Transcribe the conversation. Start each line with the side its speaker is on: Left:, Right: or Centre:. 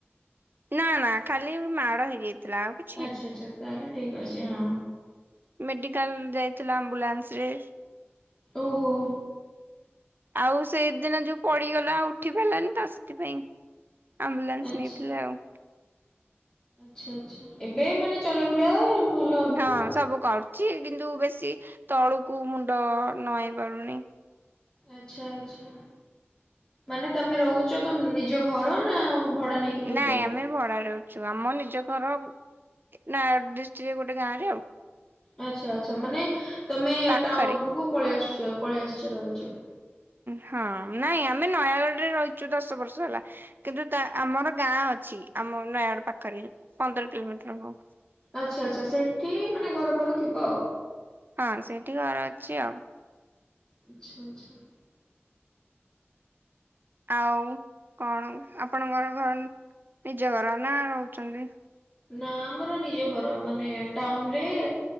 Right: ନା ନା ଖାଲି ମାଡ ହେଇଯାଇଥିଲା ଆଉ କି
Left: ଆଛା ଆଛା ତାହେଲେ ଠିକ୍ ଅଛି ହଁ।
Right: ମେଡିକାଲ ଯାଇଥିଲା ଆମ୍ବୁଲାନ୍ସ ରେ।
Left: ଓହୋ।
Right: ଆଉ ସେଦିନ ଯୋଉ ପଡିଗଲା ଉଠି ପାଇଲାନି ତ ସେଥିପାଇଁ। ଆମ୍ବୁଲାନ୍ସ
Left: ଆଚ୍ଛା।
Right: ନେଇଥିଲେ ଆଉ।
Left: ଛେ ଛେ ଏବେ ମାନେ ଚଲାବୁଲା ଭଲ ଏବେ
Right: ହଁ
Left: ତ।
Right: ସବୁ କରୁଛି କିନ୍ତୁ ବେଶୀ ତଳୁକୁ ମୁଣ୍ଡ ନଆଇ ପାରୁନି।
Left: ଆଛା ଆଛା ମାନେ ତମେ ରହୁଛ ନିଜ ଘର ନା ଭଡା ନେଇକି? ରହୁଛ
Right: ନାଇଁ
Left: ଏଠି?
Right: ଆମେ ଭଡାରେ ଅଛୁ ଆମ ନିଜ ଘର ନୟାଗଡ଼ ଡିଷ୍ଟ୍ରିକ୍ଟ ଗୋଟେ ଗାଁ ରେ ଆଉ।
Left: ଆଛା ଆଛା ମାନେ ତମେ
Right: ପାଖରେ
Left: ଟାଉନ ଉପରକୁ ପଳେଇ ଆସୁଛ ପଳେଇ ଆସିଛ ରହୁଛ?
Right: ହଁ ନାଇଁ ଆମେ ନୟାଗଡ଼ରେ ରହିଛୁ ଦଶ ବର୍ଷ ହେଲା କିନ୍ତୁ ତା ଆମର ଗାଁ ଅଛି ଆମ ନୟାଗଡ ପାଖରେ ପନ୍ଦର କିଲୋମିଟର ହବ।
Left: ଆଛା ଆଛା ସେଠି ମାନେ ଘର ଫର ଥିବ ଆଉ।
Right: ହଁ ସେଇଠି ଘର ଅଛି ଆଉ।
Left: ଆଛା ଆଛା।
Right: ଆଉ କଣ ଆପଣଙ୍କର ଘର ନିଜ ଘର ନା ରହୁଚନ୍ତି?
Left: ନା ଆମର ନିଜ ଘର ମାନେ ଟାଉନ ରେ